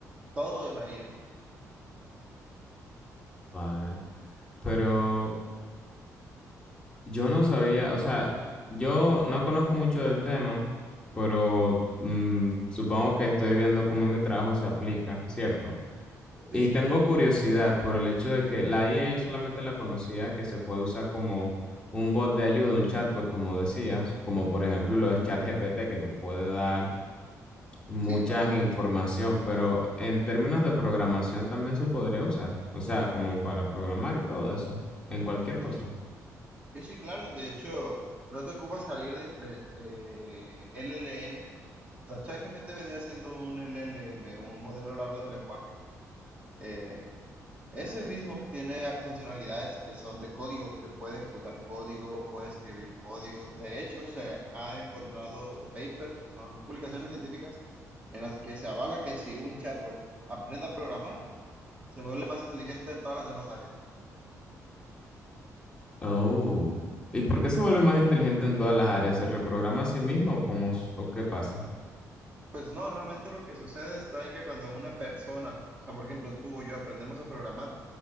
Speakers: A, on the right (about 20°); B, on the left (about 15°).
A: todo de la IA.
B: Vale. Pero Yo no sabía, o sea, yo no conozco mucho del tema, pero mm, supongo que estoy viendo cómo mi trabajo se aplica, ¿cierto?
A: Sí,
B: Y
A: sí,
B: tengo curiosidad por el hecho de que la IA yo solamente la conocía que se puede usar como un bot de ayuda, un chatbot, como decías, como por ejemplo lo de ChatGPT que te puede dar mucha
A: Feedback.
B: información, pero en términos de programación también se podría usar, o sea, como para programar y todo eso, en cualquier cosa.
A: sí, sí, sí, sí, claro, de hecho, no te ocupa salir de, de, de LLMs, o sea, ChatGPT vendría siendo un LLM, un modelo largo de lenguaje. Eh, Ese mismo tiene a- funcionalidades que son de código, que puede ejecutar código, puede escribir código. De hecho, se ha encontrado papers, que son publicaciones científicas, en las que se avala que si un chatbot aprende a programar, se vuelve más inteligente en todas las demás áreas.
B: Oh. ¿Y por qué se vuelve más inteligente en todas las áreas? ¿Se reprograma a sí mismo o cómo, s- o qué pasa?
A: Pues no, realmente lo que sucede está en que cuando una persona, o sea, por ejemplo, tú o yo aprendemos a programar,